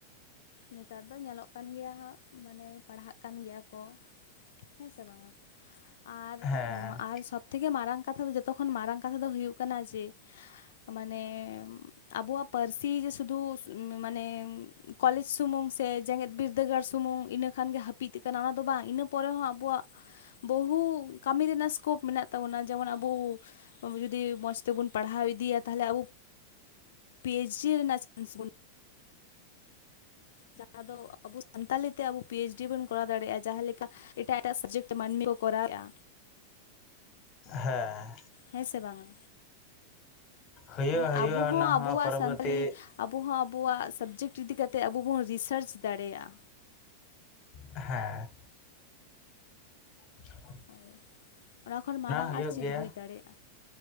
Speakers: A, on the left (about 70°); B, on the left (about 25°).
A: ᱱᱮᱛᱟᱨ ᱫᱚ ᱧᱮᱞᱚᱜ ᱠᱟᱱ ᱜᱮᱭᱟ ᱦᱟᱸᱜ ᱢᱟᱱᱮ ᱯᱟᱲᱦᱟᱜ ᱠᱟᱱ ᱜᱮᱭᱟ ᱠᱚ ᱦᱮᱸᱥᱮ ᱵᱟᱝᱟ? ᱟᱨ
B: ᱦᱮᱸ
A: ᱟᱨ ᱥᱚᱯ ᱛᱷᱮᱠᱮ ᱢᱟᱨᱟᱝ ᱠᱟᱛᱷᱟ ᱫᱚ ᱡᱚᱛᱚ ᱠᱷᱚᱱ ᱢᱟᱨᱟᱝ ᱠᱟᱛᱷᱟ ᱫᱚ ᱦᱩᱭᱩᱜ ᱠᱟᱱᱟ ᱡᱮ ᱢᱟᱱᱮᱢ ᱟᱵᱚᱣᱟᱜ ᱯᱟᱹᱨᱥᱤ ᱡᱮ ᱥᱩᱫᱩᱥ ᱩᱢ ᱢᱟᱱᱮᱢ ᱠᱚᱞᱮᱪ ᱥᱩᱢᱩᱝ ᱥᱮ ᱡᱮᱝᱜᱮᱫ ᱵᱤᱨᱫᱟᱹ ᱜᱟᱲ ᱥᱩᱢᱩᱝ ᱤᱱᱟᱹ ᱠᱷᱟᱱ ᱜᱮ ᱦᱟᱹᱯᱤᱫ ᱟᱠᱟᱱᱟ ᱚᱱᱟ ᱫᱚ ᱵᱟᱝ ᱤᱱᱟᱹ ᱯᱚᱨᱮ ᱦᱚᱸ ᱟᱵᱚᱣᱟᱜ ᱵᱚᱦᱩ ᱠᱟᱢᱤ ᱨᱮᱱᱟᱜ ᱥᱠᱳᱯ ᱢᱮᱱᱟᱜ ᱛᱟᱵᱚᱱᱟ ᱡᱮᱢᱚᱱ ᱟᱵᱳ ᱟᱵᱩ ᱡᱩᱫᱤ ᱢᱚᱸᱥ ᱛᱮᱵᱩᱱ ᱯᱟᱲᱦᱟᱣ ᱤᱫᱤᱭᱟ ᱛᱟᱦᱚᱞᱮ ᱟᱵᱩ, ᱯᱤ ᱮᱭᱤᱪ ᱰᱤ ᱨᱮᱱᱟᱜ ᱪᱟᱱᱥ ᱵᱩᱱ ᱡᱟᱦᱟᱸ ᱫᱚ ᱟᱵᱩ ᱥᱟᱱᱛᱟᱞᱤ ᱛᱮ ᱟᱵᱩ ᱯᱤ ᱭᱮᱪ ᱰᱤ ᱵᱚᱱ ᱠᱚᱨᱟᱣ ᱫᱟᱲᱮᱭᱟᱜ-ᱟ ᱡᱟᱦᱟᱸ ᱞᱮᱠᱟ ᱮᱴᱟᱜ ᱮᱴᱟᱜ ᱥᱟᱵᱡᱮᱠᱴ ᱛᱮ ᱢᱟᱹᱱᱢᱤ ᱠᱚᱨᱟᱣᱮᱜ-ᱟ᱾
B: ᱦᱮᱸ᱾
A: ᱦᱮᱸ ᱥᱮ ᱵᱟᱝᱟ,
B: ᱦᱩᱭᱩᱜᱼᱟ
A: ᱢᱟᱱᱮ
B: ᱦᱩᱭᱩᱜᱼᱟ
A: ᱟᱵᱩ ᱦᱚᱸ
B: ᱚᱱᱟ
A: ᱟᱵᱩᱣᱟᱜ
B: ᱯᱚᱨᱚᱵᱚᱨᱛᱤ
A: ᱥᱟᱱᱛᱟᱞᱤ ᱟᱵᱩ ᱦᱚᱸ ᱟᱵᱩᱣᱟᱜ ᱥᱟᱵᱽᱡᱮᱠᱴ ᱤᱫᱤ ᱠᱟᱛᱮᱜ ᱟᱵᱩ ᱵᱩᱱ ᱨᱤᱥᱟᱨᱪ ᱫᱟᱲᱮᱭᱟᱜ-ᱟ᱾
B: ᱦᱮᱸ᱾ <inaudible>
A: ᱦᱚᱭ ᱚᱱᱟ ᱠᱷᱚᱱ ᱢᱟᱨᱟᱝ
B: ᱦᱩᱭᱩᱜ
A: ᱟᱨ ᱪᱤᱫᱽ
B: ᱜᱮᱭᱟ
A: ᱦᱩᱭ ᱫᱟᱲᱮᱜ